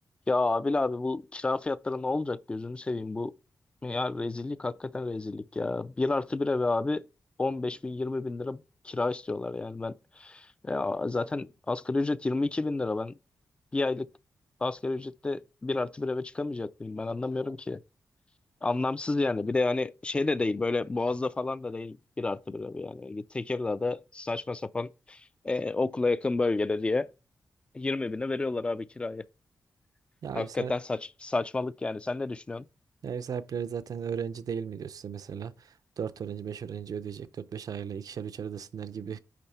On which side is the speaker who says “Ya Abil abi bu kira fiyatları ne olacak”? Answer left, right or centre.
Left